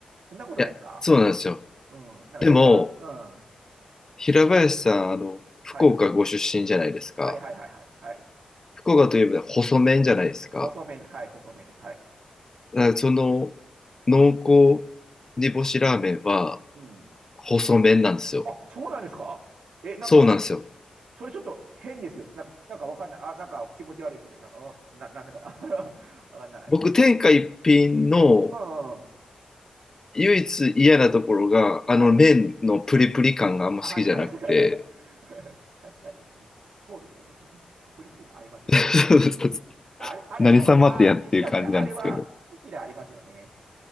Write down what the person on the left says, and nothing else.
いや、そうなんですよ。
でも、
平林さん、あの、
福岡ご出身じゃないですか。
福岡といえば細麺じゃないですか。
だからその濃厚煮干しラーメンは
細麺なんですよ。
そうなんですよ。
僕、天下一品の
唯一嫌なところが、あの麺のプリプリ感があんま好きじゃなくて。
<laughs>
何様ってやっていう感じなんですけど。